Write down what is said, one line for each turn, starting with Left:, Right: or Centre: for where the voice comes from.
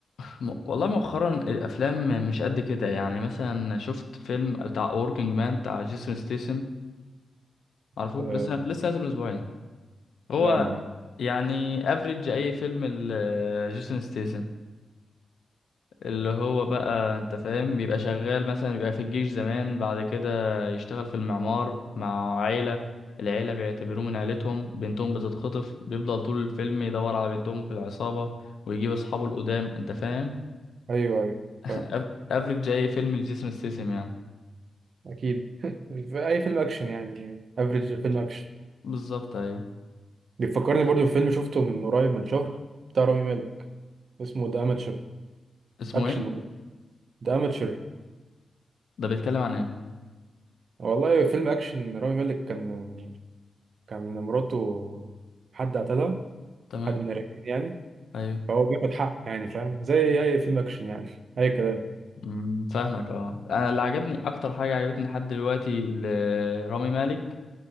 Left: م- والله مؤخرا الافلام مش قد كده يعني مثلا شفت فيلم بتاع وركينج مان بتاع جيسون ستيسن عارفه
Right: آه،
Left: لسه لسه نازل من اسبوعين هو
Right: لا ما اعرف
Left: يعني افريج اي فيلم ل- جيسون ستيسن اللي هو بقى انت فاهم بيبقى شغال مثلا بيبقى في الجيش زمان بعد كده يشتغل في المعمار مع عيلة العيلة بيعتبروه من عيلتهم بنتهم بتتخطف بيفضل طول الفيلم يدور على بنتهم في العصابة ويجيب اصحابه القدام انت فاهم
Right: ايوه ايوه
Left: <laughs>
Right: فاهم
Left: افريج اي فيلم لجيسون ستيسن يعني
Right: اكيد <laughs> في اي فيلم اكشن يعني افريج فيلم اكشن
Left: بالظبط ايوه
Right: بيفكرني برضو بفيلم شفته من قريب من شهر بتاع رامي مالك اسمه ذا اماتشر
Left: اسمه
Right: اكشن
Left: ايه
Right: برضه، ذا اماتشر
Left: ده بيتكلم عن ايه
Right: والله فيلم اكشن رامي مالك كان كان مراته حد قتلها
Left: تمام
Right: حد من الرجالين يعني
Left: ايوه
Right: فهو بياخد حقه يعني فاهم زي اي فيلم اكشن يعني اي كلام
Left: أمم، فاهمك اه انا اللي عجبني اكتر حاجه عجبتني لحد دلوقتي لرامي مالك